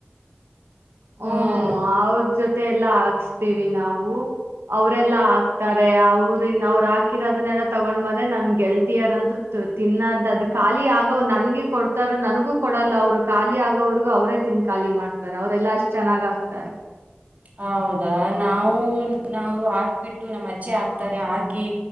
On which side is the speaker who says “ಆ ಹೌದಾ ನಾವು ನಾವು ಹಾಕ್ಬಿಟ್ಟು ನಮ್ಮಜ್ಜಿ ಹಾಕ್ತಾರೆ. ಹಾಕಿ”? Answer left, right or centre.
Right